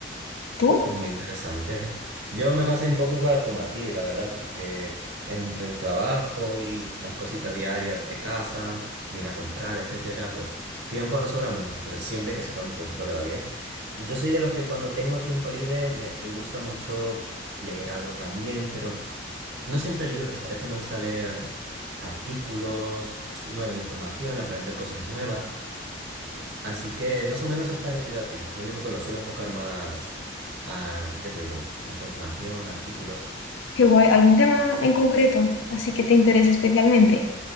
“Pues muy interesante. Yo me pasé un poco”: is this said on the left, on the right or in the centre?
Right